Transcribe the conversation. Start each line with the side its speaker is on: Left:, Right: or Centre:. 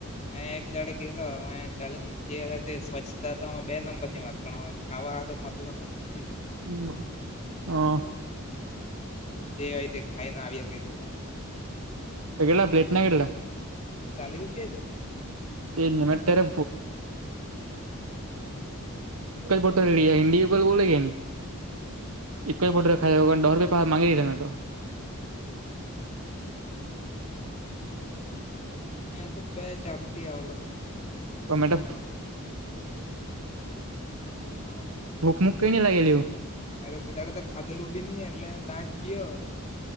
Left: મેં એક દાડે ગેલો હવે ચાલની જે ઓહે તે સ્વચ્છતા તા બે નંબર ની વાત પણ હવે ખાવા હાથે મતલબ બીજુ તો હું
Right: ઉમાં હા
Left: જે હોય તે ખાઈને આવ્યા કયરુ તો
Right: તો કેટલા પ્લેટના કેટલા
Left: ચાલિસ રૂપિયાજ
Right: <unintelligible> તો એક જ
Left: હા
Right: બોટલ લિયા <unintelligible> બોલે કે ની
Left: હમ
Right: એકજ બોડર ખાયા દહ રૂપિયા માંગી લીધા મેં તો
Left: હમ મેં તો બે ઝાપટી આવેલા
Right: તો મેતો
Left: હા
Right: <unintelligible>
Left: મેં તો કેદાડે તો ખાધેલું બી ની એટલે તાજ ગીયો